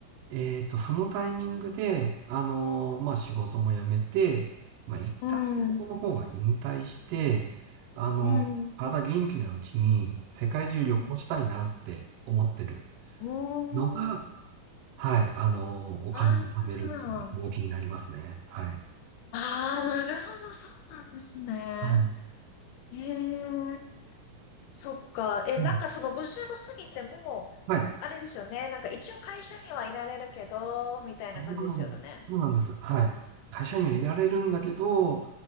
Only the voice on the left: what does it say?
うん。
うん、うん。おー、
あー、
あー、なるほど、そうなんですね。
へえ、そっか。え、
なんかその55過ぎても、
あれですよね。なんか一応会社にはいられるけど、みたいな感じですよね。